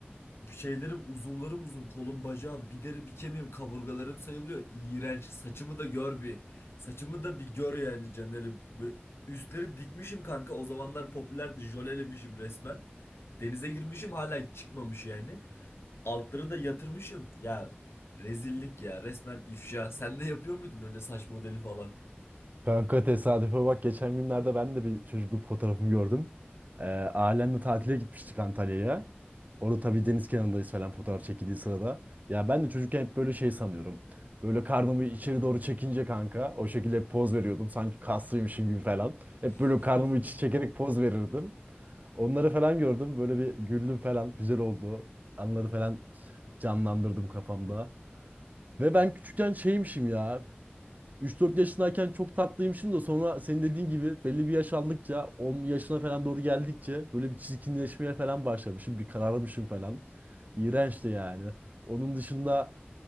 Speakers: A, on the left (about 80°); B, on the right (about 40°).
A: şeylerim uzuvlarım uzun kolum bacağım bir deri bir kemiğim kaburgalarım sayılıyor iğrenç saçımı da gör bir saçımı da bir gör yani canerim Böyle üstleri dikmişim kanka o zamanlar popülerdi jölelemişim resmen denize girmişim hala çıkmamış yani altları da yatırmışım ya rezillik ya resmen ifşa sen de yapıyor muydun öyle saç modeli falan
B: Kanka tesadüfe bak geçen günlerde ben de bir çocukluk fotoğrafımı gördüm. Ee, ailemle tatile gitmiştik Antalya'ya. Orada tabii deniz kenarındayız falan fotoğraf çekildiği sırada. Ya ben de çocukken hep böyle şey sanıyorum. Böyle karnımı içeri doğru çekince kanka o şekilde hep poz veriyordum. Sanki kaslıymışım gibi falan. Hep
A: <laughs>
B: böyle karnımı içi çekerek poz verirdim. Onları falan gördüm. Böyle bir güldüm falan. Güzel oldu. Anları falan canlandırdım kafamda. Ve ben küçükken şeymişim ya. Üç dört yaşındayken çok tatlıymışım da sonra senin dediğin gibi belli bir yaş aldıkça 10 yaşına falan doğru geldikçe böyle bir çirkinleşmeye falan başlamışım. Bir kararmışım falan. İğrençti yani. Onun dışında